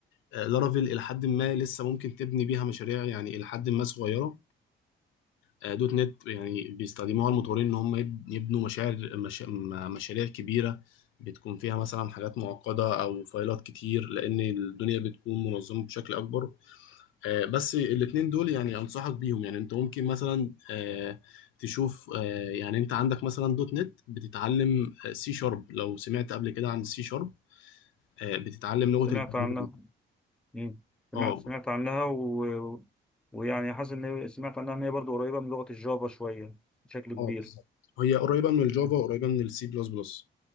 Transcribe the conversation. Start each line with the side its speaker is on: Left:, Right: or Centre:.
Left: آه، لارافيل الى حد ما لسه ممكن تبني بيها مشاريع يعني الى حد ما صغيره آه، دوت نت يعني بيستخدموها المطورين ان هم يب- يبنوا مشاعر مش م- مشاريع كبيره بتكون فيها مثلا حاجات معقده او فايلات كتير لان الدنيا بتكون منظمه بشكل اكبر آه، بس الاتنين دول يعني انصحك بيهم يعني انت ممكن مثلا آه، تشوف آه، يعني انت عندك مثلا دوت نت بتتعلم آه، سي شارب لو سمعت قبل كده عن سي شارب آه، بتتعلم لغة
Centre: سمعت
Left: البرمجة
Centre: عنها مم. سمعت
Left: اه
Centre: سمعت عنها و... و- ويعني حاسس ان هي- سمعت عنها ان هي برضه قريبه من لغه الجافا شويه بشكل كبير
Left: اه بالظبط هي قريبة من الجافا
Centre: <laughs> مم.
Left: وقريبة من السي بلس بلس